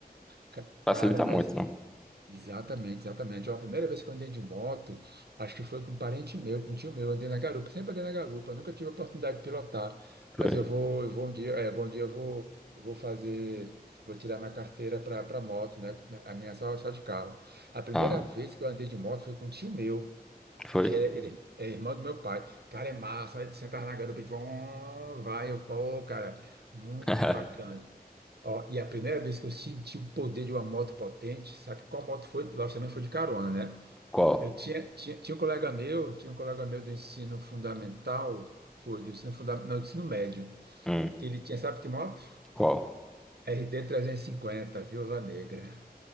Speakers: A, on the right (about 85°); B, in the centre.
A: Ca-
B: facilita
A: Cara, mas
B: muito, não?
A: Exatamente, exatamente. Ó, a primeira vez que eu andei de moto, acho que foi com um parente meu, com um tio meu, andei na garupa, sempre andei na garupa, nunca tive a oportunidade de pilotar,
B: Foi.
A: mas eu vou, eu vou um dia, é, vou um dia eu vou, eu vou fazer, vou tirar minha carteira para para moto, né? A minha é só, só de carro. A primeira
B: Ah,
A: vez que eu andei de moto foi com um tio meu,
B: foi?
A: que é, ele é irmão do meu pai. Cara, é massa, aí tu sentava na garupa e tu, "Vum", vai, eu vou, cara, muito
B: <laughs>
A: bacana. Ó, e a primeira vez que eu senti o poder de uma moto potente, sabe qual moto foi? Lógico, também foi de carona, né?
B: Qual?
A: Eu tinha, tinha, tinha um colega meu, tinha um colega meu do ensino fundamental, foi do ensino fundamental, não, do ensino médio,
B: Hum,
A: que ele tinha, sabe que moto?
B: qual?
A: RD350, Viúva Negra.